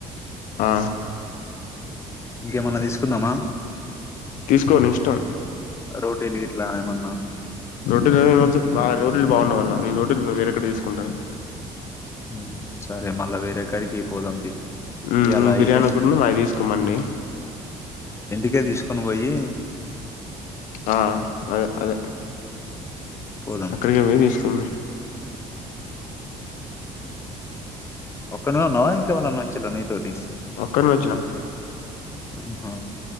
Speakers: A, on the left (about 80°); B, on the left (about 20°).
A: ఆ
B: ఇంకేమన్నా తీసుకుందామా
A: తీసుకో నీ ఇష్టం
B: రోటీలు ఇట్లా ఎమన్నా
A: రోటీలనీ <unintelligible> ఒద్దు బా రోటీలు <unintelligible> <inaudible> నేను రోటీలు వేరేకడ తీసుకుంటా
B: ఉమ్ సరే మళ్ళా వేరే కడికి పోదాం తీ
A: ఉమ్
B: ఇయాల
A: నువ్వు బిర్యానీ
B: ఇటే
A: ఒకటును అవి తీసుకో మండి
B: ఇదే తీసుకొనీ బొయ్యి
A: ఆ అదే అదే
B: పోదాం
A: అక్కడికి పో తీసుకు
B: ఒక్కనున్నా ఇంకవళం మచ్చిలో నీ తోటి
A: అక్కడి ను వచ్చినా
B: ఆహా